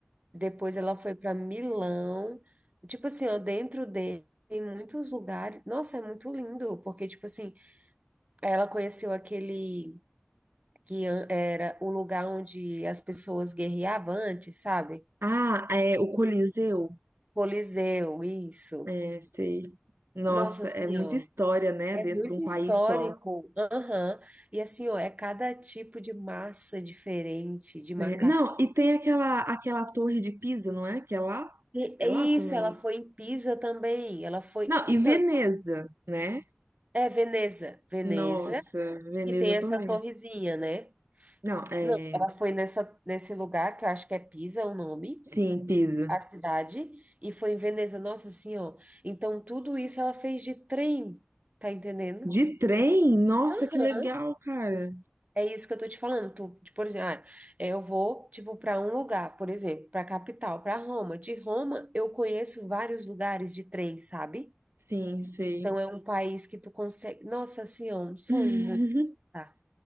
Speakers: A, on the right (about 35°); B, on the right (about 75°).
A: Depois ela foi para Milão. Tipo assim, ó, dentro dele tem muitos lugares. Nossa, é muito lindo, porque, tipo assim, ela conheceu aquele que an- era o lugar onde as pessoas guerreavam antes, sabe?
B: Ah, é o Coliseu.
A: Coliseu, isso.
B: É, sei. Nossa,
A: Nossa Senhora,
B: é muita história, né?
A: é
B: Dentro
A: muito
B: de um país
A: histórico.
B: só.
A: Aham. E assim, ó, é cada tipo de massa diferente de macarrão.
B: né? Não, e tem aquela, aquela torre de Pisa, não é? Que é lá?
A: E
B: É
A: é
B: lá
A: isso,
B: também.
A: ela foi em Pisa também. Ela foi.
B: Não, e
A: Então,
B: Veneza, né?
A: é Veneza. Veneza,
B: Nossa, Veneza
A: que tem essa
B: também.
A: torrezinha, né?
B: Não, é.
A: Não, ela foi nessa, nesse lugar, que eu acho que é Pisa o nome,
B: Sim, Pisa.
A: a cidade, e foi em Veneza. Nossa Senhora. Então, tudo isso ela fez de trem, tá entendendo?
B: De trem? Nossa,
A: Aham.
B: que legal, cara.
A: É isso que eu tô te falando. Tu, tipo, por exemplo, ah, é, eu vou, tipo, para um lugar, por exemplo, para capital, para Roma. De Roma, eu conheço vários lugares de trem, sabe?
B: Sim, sei.
A: Então, é um país que tu consegue. Nossa, assim, é um sonho
B: <laughs>
A: muito. Tá,